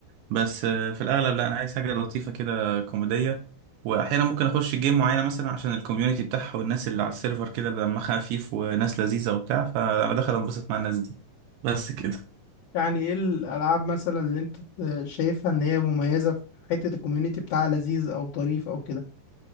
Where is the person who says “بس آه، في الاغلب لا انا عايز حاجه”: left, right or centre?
Right